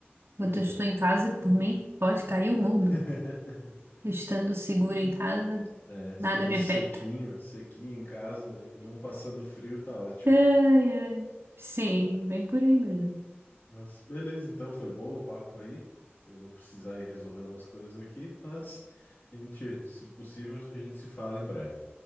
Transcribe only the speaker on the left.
Pois
é.
<laughs>
É, estando
sequinho,
sequinho em casa, e não passando frio, tá ótimo.
Mas beleza, então foi bom o papo aí. Eu vou precisar ir resolver umas coisas aqui, mas a gente, se possível, a gente se fala em breve.